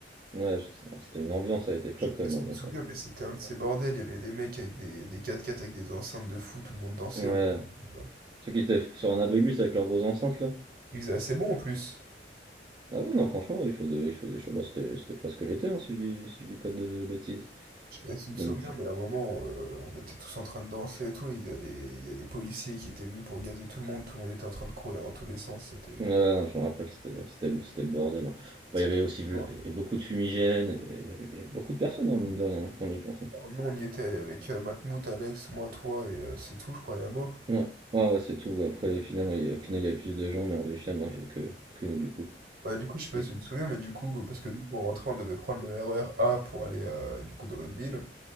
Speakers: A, on the right (about 25°); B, on the right (about 55°).
A: Ouais, je- ah, c'était une ambiance, ça a été folle
B: Je sais
A: quand
B: pas
A: même,
B: si
A: l'ambiance.
B: tu te souviens,
A: hein.
B: mais c'était un de ces bordels. Il y avait des mecs avec des, des 4 x avec des enceintes de fou, tout le monde dansait
A: Ouais.
B: autour, euh,
A: Ceux qui étaient sur un abribus avec leurs grosses enceintes, là.
B: Il faisait assez bon en plus.
A: Ah ouais, non, franchement, il faisait, il faisait chaud. Bah, c'était c'était presque l'été, hein, si je dis, si je dis pas de bêtises.
B: Je sais pas si tu
A: Donc,
B: te souviens, mais à un moment, euh, on était tous en train de danser et tout, et il y a les, il y a les policiers qui étaient venus pour gazer tout le monde, tout le monde était en train de courir dans tous les sens, c'était...
A: ouais, non, je me rappelle, c'était c'était le, c'était le bordel. hein. Bah,
B: c'était
A: il y avait aussi
B: adorable.
A: vl- il y avait beaucoup de fumigènes, il y avait, il y avait- il y avait beaucoup de personnes, hein, mine de rien, hein, quand on y pense. hein.
B: Alors, Nous, on y était allé avec euh, Matmout, Alex, moi, toi, et euh, c'est tout, je crois, Yamo.
A: Ouais, ouais, ouais, c'est tout. Après les finales, il y- au final, il y avait plus de gens, mais en demi-finale, non, il y avait que, que nous, du coup.
B: Bah du coup, je sais pas
A: Ex-
B: si tu te souviens, mais du coup, parce que nous, pour rentrer, on devait prendre le RER A pour aller, euh, du coup, dans notre ville,